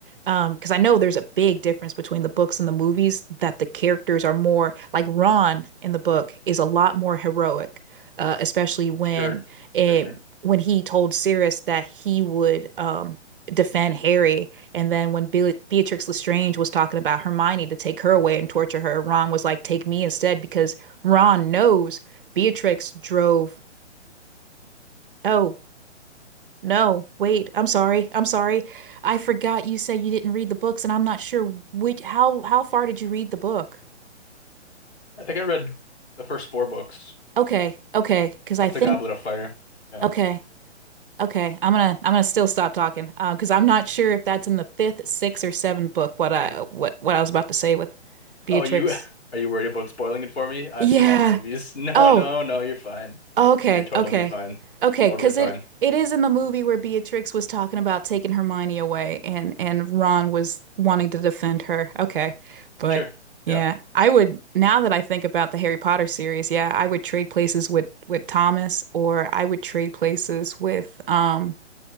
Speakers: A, on the right; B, on the left.
A: Um, because I know there's a big difference between the books and the movies that the characters are more like Ron in the book is a lot more heroic, uh, especially when
B: Sure.
A: it,
B: Sure, sure.
A: when he told Sirius that he would um defend Harry, and then when Be Beatrix Lestrange was talking about Hermione to take her away and torture her, Ron was like, "Take me instead," because Ron knows Beatrix drove. Oh, no, wait. I'm sorry. I'm sorry. I forgot you said you didn't read the books, and I'm not sure which how how far did you read the book?
B: I think I read the first four books
A: Okay, okay, because I
B: up
A: think
B: to Goblet of Fire. Yeah.
A: okay, okay. I'm gonna I'm gonna still stop talking, um, because I'm not sure if that's in the fifth, sixth, or seventh book. What I what what I was about to say with Beatrix.
B: Oh, you <laughs> are you worried about spoiling it for me? I've
A: Yeah.
B: seen all the movies. <laughs> No,
A: Oh,
B: no, no, you're fine.
A: Okay,
B: You're totally
A: okay.
B: fine.
A: Okay,
B: Totally
A: 'cause
B: fine.
A: it it is in the movie where Beatrix was talking about taking Hermione away and and Ron was wanting to defend her. Okay. But
B: Sure.
A: yeah,
B: Yeah.
A: I would now that I think about the Harry Potter series, yeah, I would trade places with with Thomas or I would trade places with um